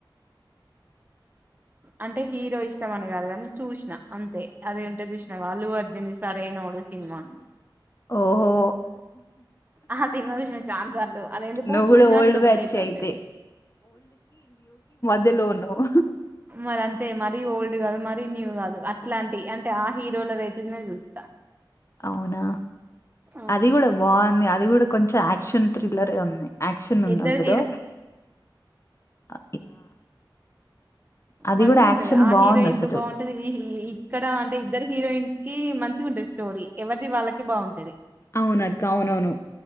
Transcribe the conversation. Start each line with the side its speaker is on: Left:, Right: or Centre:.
Right: అంటే హీరో ఇష్టం అని కాదు కాని చూసిన అంతే అదేంట చూసినా వాళ్ళు అర్జన్ సరే నోడు సినిమాను
Left: ఓహో!
Right: ఆ సినిమా చూసిన చానాసార్లు అది ఎందుకో
Left: నువ్వు గూడా
Right: చూసినా
Left: ఓల్డ్
Right: చూడ
Left: బ్యాచే
Right: బుద్ధి అయితా
Left: అయితే.
Right: ఉంటది
Left: మధ్య లో ఉన్నావ్
Right: మరి అంతే మరీ ఓల్డ్ కాదు మరీ న్యూ కాదు ఇట్లాంటి అంటే ఆ హీరోలదయితేనే చూస్తా
Left: అవునా
Right: ఆ
Left: అది కూడా బాగుంది అది కూడా కొంచెం యాక్షన్ థ్రిల్లరే ఉంది యాక్షన్ ఉంది
Right: ఇద్దరు
Left: అందులో అ అది
Right: మంచిగా
Left: గూడా యాక్షన్
Right: ఉంటది ఆ
Left: బావుందసలు.
Right: హీరోయిన్తో బాగుంటది ఈ హీఇక్కడ అంటే ఇద్దరు హీరోయిన్స్ కి మంచిగ ఉంటది స్టోరీ ఎవరిది వాళ్ళకి బాగుంటది
Left: అవునక్క అవునవును